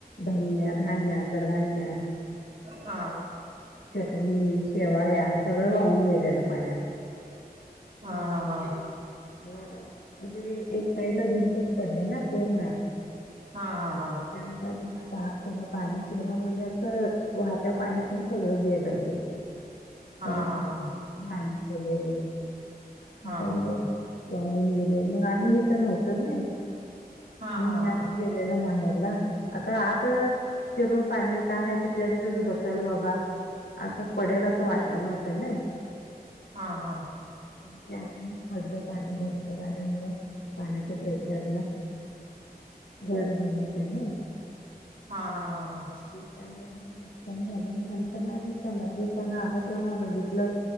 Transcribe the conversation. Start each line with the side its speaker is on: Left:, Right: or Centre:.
Left: धान्य धान्यकडधान्य
Right: हा
Left: चटणी, शेवाळ्या सगळं वाहून गेलेलं पाण्यात
Right: हा हा हा
Left: हो ना इकडे एक साईडला भिंतच पडलीना पुर्ण
Right: हा हा हा
Left: त्यामुळं घरात आत सगळं पाणी शिरुन म्हणजे असं वाहत्या पाण्यातन सगळं गेलं ते
Right: हा हा
Left: भांडी वगैरे
Right: हा
Left: सगळे
Right: हा
Left: वाहून गेल्यावर मग आम्ही हिथं नव्हतो नई
Right: हा हा
Left: मी
Right: हा
Left: आणि गेलेलं माहेरला आता आता चिरून पाणी काय आहे तिथल्या तिथेच बसेल बाबा असं पडेल असं वाटलं नव्हतं नई
Right: हा हा
Left: ते अचानक पडलं पाणी भरपूर आल्यामुळं पाण्याच्या प्रेशरला घर जुन होत ना
Right: हा हा हा हा
Left: त्यामुळं मग नुकसान झालं नंतरन आणि पंधरा दिवस त्यांन आलं तेव्हा बघितलं